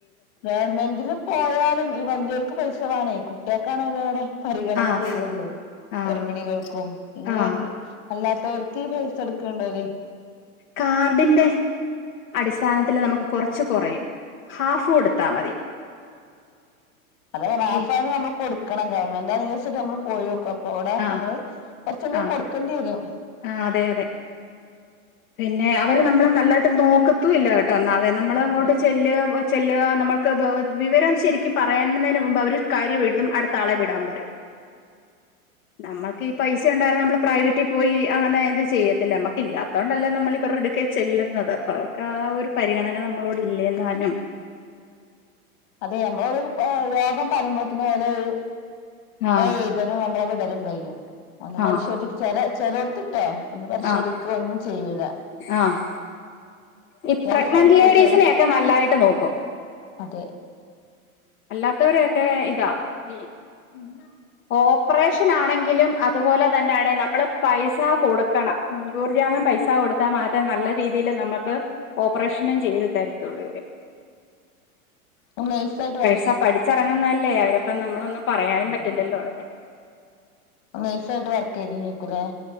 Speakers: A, on the left; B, on the left.
A: ഗവൺമെന്റില് പോയാലും ഈ വല്ല്യയവർക്ക് പൈസ വേണേ കുട്ടിക്കാണല്ലോ അവ്ടെ പരിഗണന
B: ആഹ്
A: തെരുള്ളൂ
B: ആഹ്
A: ഗർഭിണികൾക്കും ഇനി
B: ആഹ്
A: <unintelligible> അല്ലാത്തവക്കീ പൈസ എട്ക്കണ്ട്ല്ലോ
B: കാർഡിന്റെ അടിസ്ഥാനത്തില് നമക്ക് കൊറച്ച് കൊറയും ഹാഫ് കൊടുത്താ മതി
A: അതെ ഹാഫാണ്
B: ഈ
A: നമ്മക്ക് കൊടുക്കണം ഗവൺമെന്റ് <unintelligible> നമ്മള് പോയോക്കാം പ്പോട
B: ആ
A: നമ്മള് കൊറച്ച് എല്ലാം
B: ആഹ്
A: കൊടുക്കേണ്ടി വെരും
B: ആഹ് അതെ അതെ പിന്നെ അവര് നമ്മളെ നല്ലായിട്ട് നോക്കത്തും ഇല്ലാ ട്ടേ ഒന്നാത് നമ്മള് അങ്ങോട്ട്
A: അതെ
B: ചെല്ലുവാ വ ചെല്ലുക നമ്മക്ക് വെ വിവരം ശെരിക്കും പറയാന്നതിന് മുമ്പ് അവര് കാര്യം എഴുതും അടുത്താളെ വിടാൻ പറയും നമ്മക്ക് ഈ പൈസ ഒണ്ടാരുന്നേ നമ്മള് പ്രൈവറ്റിൽ പോയി അങ്ങനെ ഇത് ചെയ്യത്തില്ലേ നമ്മക്ക് ഇല്ലാത്തോണ്ടല്ലേ നമ്മള് ഇവരുടെ അടുക്കെ ചെല്ലുന്നത് അപ്പം അവർക്ക് ആ ഒരു പരിഗണന നമ്മളോട് ഇല്ലേന്നാനും
A: അതെ നമ്മള് ഒരു രോഗം പറയുമ്പോഴത്തേനും ഓല് ഒരു
B: ആഹ്
A: വേഗം എഴുതി തരും നമ്മളെ <unintelligible> ഒന്ന് പരിശോധിച്ചാല്
B: ആഹ്
A: ചെലടത്ത് കേട്ടോ ഒന്ന് പരിശോധിക്കോ
B: ആഹ്
A: ഒന്നും ചെയ്യൂല്ലാ
B: ആഹ് ഈ
A: ചെല
B: പ്രഗ്നന്റ്
A: സ്ഥലത്ത്
B: ലേഡീസിനെയൊക്കെ
A: ചെല സ്ഥലത്ത്
B: നല്ലായിട്ട് നോക്കും
A: അതേ
B: അല്ലാത്തവരെയൊക്കെ ഇതാ ഉം
A: ഉം
B: ഓപ്പറേഷൻ ആണെങ്കിലും അതുപോലെ തന്നെയാണ് നമ്മള് പൈസ കൊടുക്കണം മുൻകൂർ ജാമ്യം പൈ സാ കൊടുത്താ മാത്രേ നല്ല രീതില് നമക്ക് ഓപ്പറേഷനും ചെയ്ത് തരത്തുള്ളൂ ഇവര്
A: ഉം ഞാൻ നഴ്സായിട്ട് വർ
B: ച്ചാ പഠിച്ചെറങ്ങുന്നല്ലേ അവര് അപ്പം നമ്മളൊന്നും പറയാനും
A: അതെ
B: പറ്റില്ലല്ലോ അവരെ
A: നഴ്സായിട്ട് വർക്ക് ചെയ്തിനീക്കുവല്ലേ